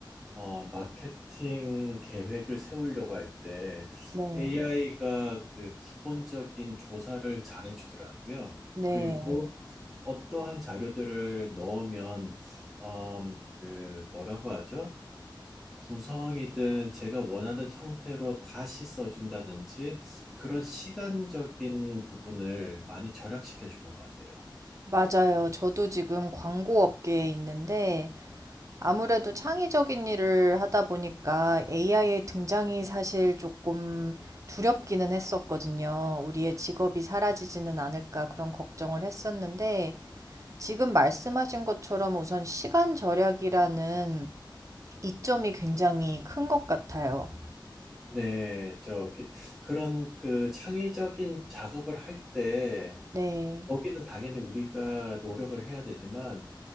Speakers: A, in the centre; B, on the right.
A: 어, 마케팅 계획을 세우려고 할 때
B: 네.
A: AI가 그 기본적인 조사를 잘해주더라고요.
B: 네.
A: 그리고 어떠한 자료들을 넣으면 음, 그 뭐라고 하죠? 구성이든 제가 원하는 형태로 다시 써준다든지 그런 시간적인 부분을 많이 절약시켜 주는 것 같아요.
B: 맞아요. 저도 지금 광고 업계에 있는데 아무래도 창의적인 일을 하다 보니까 AI의 등장이 사실 조금 두렵기는 했었거든요. 우리의 직업이 사라지지는 않을까 그런 걱정을 했었는데 지금 말씀하신 것처럼 우선 시간 절약이라는 이점이 굉장히 큰 것 같아요.
A: 네, 저기 그런 그 창의적인 작업을 할 때
B: 네.
A: 거기는 당연히 우리가 노력을 해야 되지만